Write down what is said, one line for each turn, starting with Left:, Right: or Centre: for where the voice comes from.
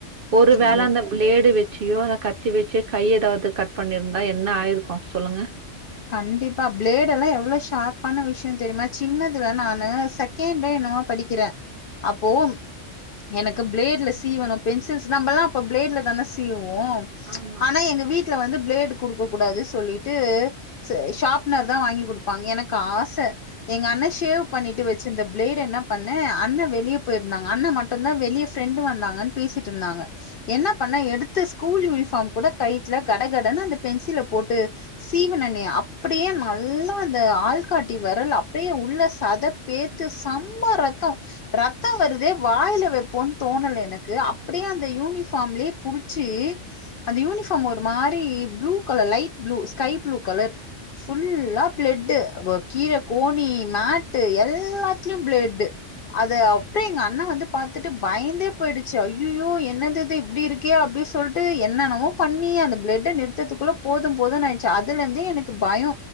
Right: ஒரு வேல
Left: ஐயோ
Right: அந்த ஃபிளேடு வச் சியோ அத கத்தி வச்சி கைய ஏதாவது கட் பண்ணிருந்தா என்ன ஆயிருக்கு சொல்லுங்க
Left: கண்டிப்பா ஃப்ளேடெல்லா எவ்வளோ ஷார்பான விஷயந் தெரியுமா சின்னதுல நானு செகண்ட்ல என்னமோ படிக்கிறே அப்போ எனக்கு ஃப்ளேட்ல சீவணு பென்சில்ஸ் நம்மெல்லா அப்ப ஃப்ளேட்ல தானே சீவ் வோ
Right: ஆமா
Left: ஆனா எங்க வீட் ல வந்து ஃப்ளேடு குடுக்க கூடாது சொல்லீட்டு சு ஷார்ப்னர் தா வாங்கி குடுப்பாங்க எனக்கு ஆச எங்க அண்ண ஷேவ் பண்ணிட்டு வச்சிருந்த பிளேட என்ன பண்ண அண்ண வெளியே போயிருந்தாங்க அண்ண மட்டுந்தா வெளிய ஃப்ரெண்டு வந்தாங்கன்னு பேசிட்டு இருந்தாங்க என்ன பண்ணே எடுத்து ஸ்கூல் யூனிஃபார்ம் கூட கழ்ட்ல கடகடன்னு அந்த பென்சில போட்டு சீவுனே அப்படியே நல்லா அந்த ஆள்காட்டி வெரல் அப்டியே உள்ள சத பேத்து சம்ம ரத்தோ ரத்தம் வருதே வாயில வைப்போன் தோணல எனக்கு அப்படியே அந்த யூனிபார்ம்லயே புடிச்சி அந்த யூனிஃபார்ம் ஒரு மாரி blue colour light blue sky blue colour ஃபுல்லா ப்ளட்டு் கீழ கோணி மேட்டு எல்லாத்துலயு ப்ளட்டு் அத அப்டியே எங்க அண்ணா வந்து பாத்துட்டு பயந்தே போயிடுச்சு அய்யய்யோ என்னதிது இப்டி இருக்கே அப்டி சொல்ட்டு என்னென்னமோ பண்ணி அந்த ப்ளட்ட நிறுத்தற்துகுள்ள போதும் போதுன்னு ஆயிச்சு அதுல இருந்தே எனக் பயோ